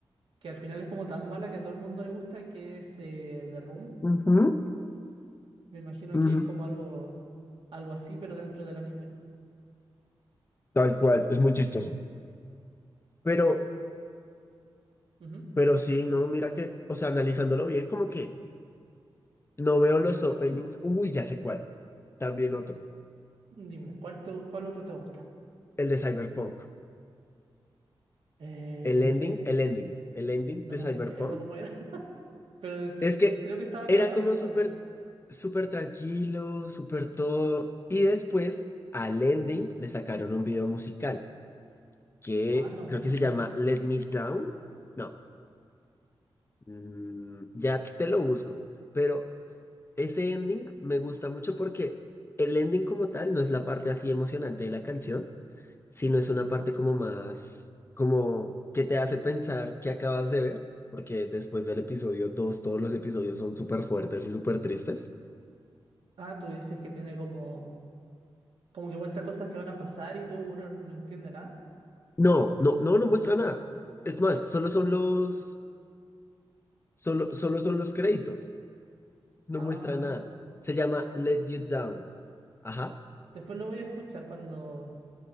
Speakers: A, on the right; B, on the left.
A: que al final es como tan mala que a todo el mundo le gusta, que es eh, The Room.
B: Ujú,
A: Me imagino
B: ujú.
A: que es como algo, algo así, pero dentro del anime.
B: Tal cual, es muy chistoso. Pero
A: Ujú.
B: Pero sí, no, mira que, o sea, analizándolo bien, como que no veo los openings. Uy, ya sé cuál. También otro.
A: Dime, ¿cuál, te- cuál otro te gusta?
B: El de Cyberpunk.
A: Eh,
B: El ending, el ending. El ending
A: no
B: de
A: me
B: Cyberpunk.
A: acuerdo cómo era, <laughs> pero es-
B: Es que
A: creo que estaba en
B: era
A: la radio
B: como
A: del
B: súper,
A: juego.
B: súper tranquilo, súper todo. Y después al ending le sacaron un video musical que
A: Ah, no
B: creo
A: tenía
B: que se
A: idea.
B: llama Let Me Down. No, mm, ya te lo busco. Pero Ese ending me gusta mucho porque el ending como tal no es la parte así emocionante de la canción, sino es una parte como más, como que te hace pensar que acabas de ver, porque después del episodio 2 todos los episodios son súper fuertes y súper tristes.
A: Ah, tú dices que tiene como, como que muestra cosas que van a pasar y tú uno no entiende nada.
B: No, no, no, no muestra nada. Es más, solo son los, solo, solo son los créditos. No
A: Ah,
B: muestra nada. Se llama Let You Down. Ajá.
A: después lo voy a escuchar cuando